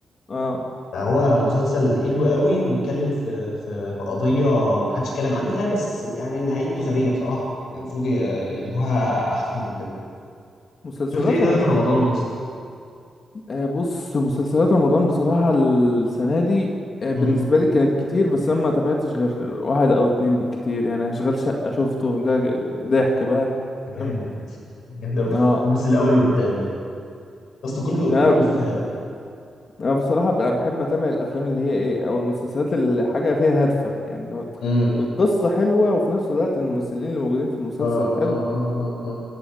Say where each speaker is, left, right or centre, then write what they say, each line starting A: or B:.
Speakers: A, on the left; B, on the left.
A: اه
B: فهو مسلسل حلو قوي وبيتكلم في في في قضيه ما حدش اتكلم عنها بس يعني نهايته غبيه بصراحه يعني المفروض ي- ينهوها احسن من كده
A: مسلسلات
B: شفت ايه تاني
A: رمضان
B: في رمضان يا اسطى
A: آه، بص مسلسلات رمضان بصراحة السنة دي آه،
B: امم
A: بالنسبة لي كانت كتير بس أنا ما تابعتش غير واحد أو اتنين بالكتير يعني أشغال شقة شفته ده ضحك بقى
B: جامد
A: فاهم
B: جامد قوي
A: اه
B: الجزء الاول والثاني يا اسطى كله كله
A: أنا
B: في
A: أنا بصراحة بقى بحب أتابع الأفلام اللي هي إيه أو المسلسلات اللي حاجة فيها هادفة يعني اللي هو
B: امم
A: القصة حلوة وفي نفس الوقت الممثلين اللي موجودين في المسلسل
B: اه اه
A: حلو
B: اه اه آه.